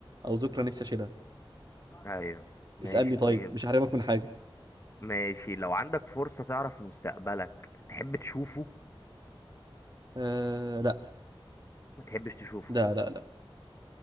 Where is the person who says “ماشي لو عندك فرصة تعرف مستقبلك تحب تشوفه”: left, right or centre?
Left